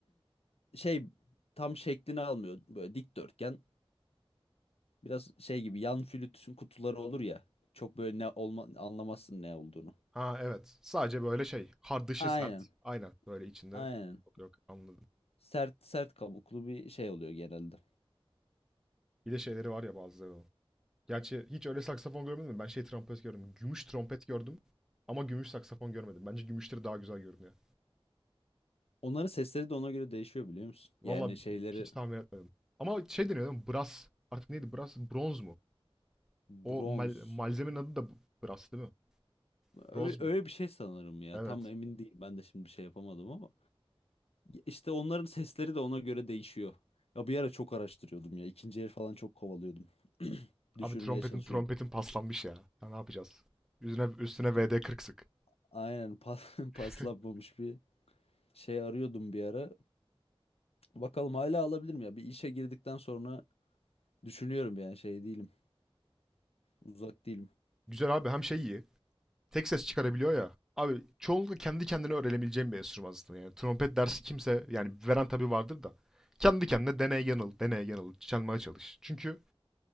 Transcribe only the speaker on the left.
şey tam şeklini almıyor. Böyle dikdörtgen Biraz şey gibi yan flütün kutuları olur ya. Çok böyle ne olma, anlamazsın ne olduğunu.
Aynen.
Aynen.
Sert sert kabuklu bir şey oluyor genelde.
Onların sesleri de ona göre değişiyor biliyor musun?
Yani şeyleri
bronz.
Öyle,
öyle bir şey sanırım ya.
Tam emin değil. Ben de şimdi bir şey yapamadım ama. İşte onların sesleri de ona göre değişiyor. Ya bir ara çok araştırıyordum ya. İkinci el falan çok kovalıyordum. <clears throat> Düşürmeye
çalışıyordum.
İşte tu-
aynen pas, <laughs>
paslanmamış bir şey arıyordum bir ara. Bakalım hala alabilir alabilirim ya. Bir işe girdikten sonra düşünüyorum yani şey değilim. Uzak değilim.